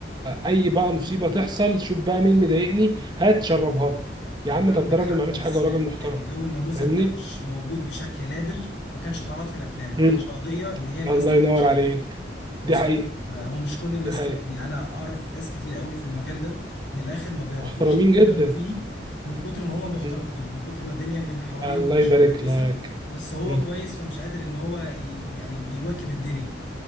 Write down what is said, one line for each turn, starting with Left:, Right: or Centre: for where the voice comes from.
Right: اي بقى مصيبة تحصل شوف بقى مين مضايقني هات شربها
Left: والله
Right: يا عم
Left: عندك
Right: طب ده راجل
Left: حق
Right: ما عملش
Left: بس
Right: حاجه وراجل محترم
Left: يعني لو النموذج
Right: فاهمني
Left: ده مش موجود بشكل نادر ما كانش اتعرض في الافلام ما
Right: مم.
Left: كانش قضيه ان هي الناس
Right: الله
Left: تنتشر
Right: ينور عليك
Left: مظبوط
Right: دي حقيقه
Left: آه، هو مش كل الناس
Right: دي حقيقه
Left: كده يعني انا اعرف ناس كتير قوي في المجال ده من الاخر ما بيعرفوش
Right: محترمين
Left: يشتغلوا
Right: جدا
Left: فيه من كتر ما هم محترمين
Right: مم.
Left: من كتر ما الدنيا من حواليهم
Right: الله
Left: مش
Right: يبارك
Left: كويسه
Right: لك
Left: بس هو
Right: مم.
Left: كويس فمش قادر ان هو ي- يعني يواكب الدنيا